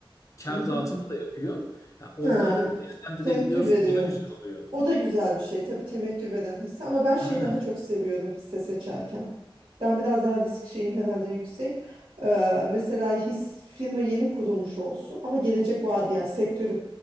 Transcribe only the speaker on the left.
kar
dağıtımı da yapıyor. Ya onları
da değerlendirebiliyorsun.
O da güzel oluyor.
Aynen.